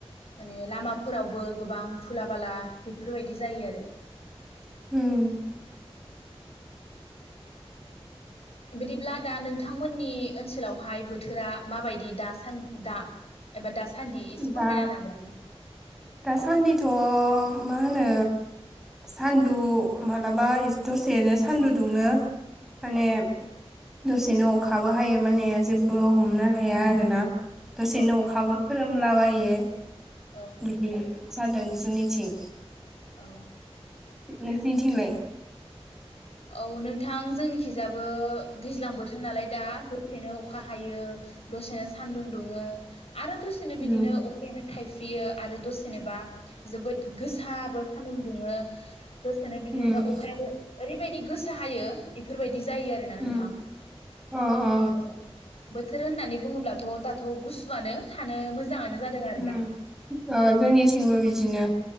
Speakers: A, on the left (about 70°); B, in the centre.
A: माने लामाफोरावबो गोबां दुला बाला बेफोरबायदि जायो आरो
B: उम
A: बिदिब्ला दा नोंथांमोननि ओनसोलावहाय बोथोरा माबायदि दा सान दा एबा दा सान्दि एसे
B: दा
A: फोरमायना होनो हागोन?
B: दासान्दिथ' मा होनो सान्दुं मालाबा दसेनो सान्दुं दुङो माने
A: औ
B: दसेनो अखाबो हायो माने जेबो हमनो हाया आरोना दसेनो
A: औ
B: अखाबो खोरोम लाबायो
A: औ
B: बिदि जादों जोंनिथिं
A: औ
B: नोंसिनिथिंलाय?
A: औ नोंथां जोंनिखिजाबो दै ज्लां बोथोर नालाय दा दसेनो अखा हायो दसेनो सान्दुं दुङो आरो दसेनो बिदिनो
B: उम
A: अखायानो थाइफ्रियो आरो दसेनोबा जोबोद गोसाबो सान्दुं दुङो दसेनो बिदिनो
B: उम
A: अखायाबो ओरैबायदि गोसा हायो इफोरबायदि जायो आरोना नोंथां
B: उम अ अ
A: आरो बोथोर होननानै बुङोब्लाथ' दाथ' गुसुआनो थानो मोजाङानो जादों आरो
B: उम
A: दा
B: ओ जोंनिथिंबो बिदिनो